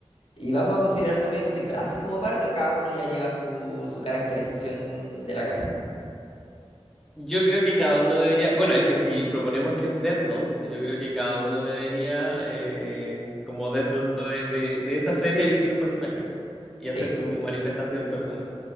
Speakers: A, on the left; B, in the centre.
A: ¿y vamos a considerar también los disfraces como parte o cada uno ya lleva su, su caracterización de la casa?
B: Yo creo que cada uno debería... Bueno, es que si proponemos que es Death Note, yo creo que cada uno debería, eh, como dentro de, de, de esa serie, elegir un personaje y
A: Sí.
B: hacer su manifestación personal.